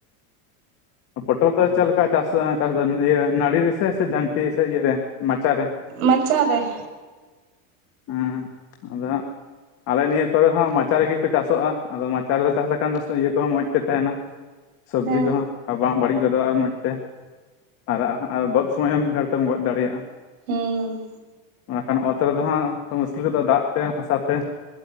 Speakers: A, on the left (about 35°); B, on the right (about 80°).
A: ᱯᱚᱴᱚᱞ ᱫᱚ ᱪᱮᱫ ᱞᱮᱠᱟ ᱪᱟᱥ ᱪᱟᱥ ᱫᱚ ᱤᱭᱟᱹ ᱱᱟᱹᱲᱤ ᱨᱮᱥᱮ ᱥᱮ ᱡᱷᱟᱹᱱᱴᱤ ᱥᱮ ᱤᱭᱟᱹ ᱢᱟᱪᱟᱨᱮ ᱾
B: ᱢᱟᱪᱟᱨᱮ ᱾
A: ᱩᱸ ᱟᱫᱚᱼᱼ ᱟᱞᱮ ᱱᱤᱭᱟᱹ ᱠᱚᱨᱮ ᱦᱚᱸ ᱢᱟᱪᱟ ᱨᱤᱜᱮ ᱠᱚ ᱪᱟᱥᱚᱜᱼᱟ, ᱟᱫᱚ ᱢᱟᱪᱟ ᱨᱮᱫᱚ ᱪᱟᱥ ᱞᱮᱠᱷᱟᱱ ᱫᱚ ᱤᱭᱟᱹ ᱠᱚᱦᱚᱸ ᱢᱚᱡᱽ ᱛᱮ ᱛᱟᱦᱮᱱᱟ ᱾ ᱥᱚᱵᱽᱡᱤ
B: ᱦᱮᱸ
A: ᱠᱚ ᱦᱚᱸᱼᱼ ᱵᱟᱝ ᱵᱟᱹᱲᱤᱡ ᱜᱚᱫᱚᱜ ᱟᱨ ᱢᱚᱸᱡᱽᱛᱮ ᱟᱨ ᱚ ᱟᱨ ᱜᱚᱫ ᱥᱚᱢᱚᱭ ᱦᱚᱸ ᱢᱤᱫ ᱜᱷᱟᱹᱲᱤ ᱛᱮᱢ ᱜᱚᱫ ᱫᱟᱲᱤᱭᱟᱜᱼᱟ ᱾
B: ᱦᱩᱸ
A: ᱵᱟᱠᱷᱟᱱ ᱚᱛ ᱨᱮᱫᱚ ᱦᱟᱸᱜ ᱢᱩᱥᱠᱤᱞ ᱜᱚᱫᱚᱜᱼᱟ ᱫᱟᱜ ᱛᱮ ᱦᱟᱥᱟ ᱛᱮᱼᱼ